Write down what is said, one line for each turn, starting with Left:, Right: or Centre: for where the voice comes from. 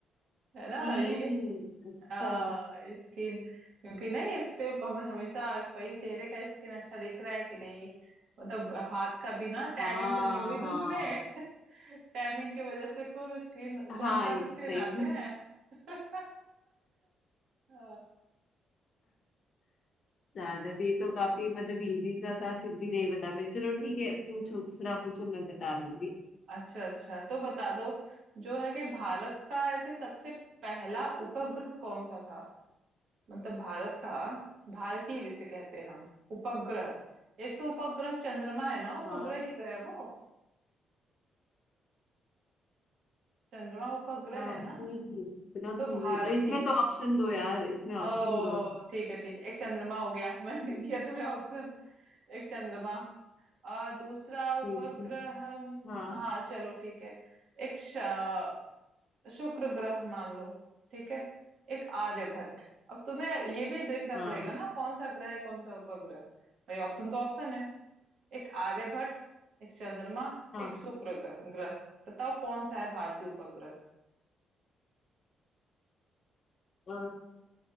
Right: है ना
Left: कील
Right: ये
Left: अच्छा
Right: आ, स्किन क्योंकि नहीं इस पे हमें हमेशा भाई चेहरे का स्किन अच्छा दिख रहा है कि नहीं मतलब हाथ का भी ना
Left: हाँ
Right: टैनिंग तो नहीं हुई
Left: हाँ
Right: धूप में <laughs> टैनिंग की वजह से खूब स्क्रीन
Left: हाँ
Right: सन
Left: ये
Right: स्क्रीन
Left: सही
Right: आते हैं <laughs> अ,
Left: ज्यादा ये तो काफी मतलब इजी सा था फिर भी नहीं बता पाई चलो ठीक है पूछो दूसरा पूछो मैं बता दूंगी
Right: अच्छा अच्छा तो बता दो जो है कि भारत का ऐसे सबसे पहला उपग्रह कौन सा था मतलब भारत का भारतीय जिसे कहते हैं हम उपग्रह एक तो उपग्रह चंद्रमा है ना उपग्रह
Left: हाँ
Right: ही तो है वो चंद्रमा उपग्रह
Left: हाँ
Right: है ना
Left: नहीं नहीं, इतना
Right: तो
Left: तो
Right: भारती
Left: मुझे अ, इसमें तो ऑप्शन दो यार इसमें ऑप्शन
Right: ओ
Left: दो
Right: ठीक है ठीक है एक चंद्रमा हो गया <laughs> मैंने दे दिया तुम्हें ऑप्शन एक चंद्रमा और दूसरा उपग्रह
Left: ठीक है
Right: हम-
Left: हाँ
Right: हाँ चलो ठीक है एक श- शुक्र ग्रह मान लो ठीक है एक आर्यभट्ट अब तुम्हें ये भी देखना
Left: हाँ
Right: पड़ेगा ना कौन सा ग्रह है कौन सा उपग्रह भाई ऑप्शन तो ऑप्शन है एक आर्यभट्ट एक चंद्रमा
Left: हाँ
Right: एक शुक्र ग्रह ग्रह बताओ कौन सा है भारतीय उपग्रह
Left: अ,